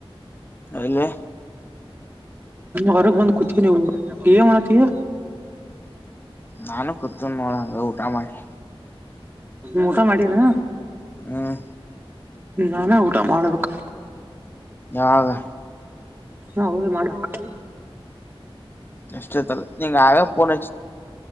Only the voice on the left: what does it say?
ಅಲೆ
ನಾನು ಕೊತ ನೋಡ ಹಂಗ ಊಟ ಮಾಡಿ
ಹ್ಮ್
ಯಾವಾಗ
ಕಷ್ಟದಲ್ಲಿಲ್ಲ ನೀಂಗ ಆಗ ಪಣ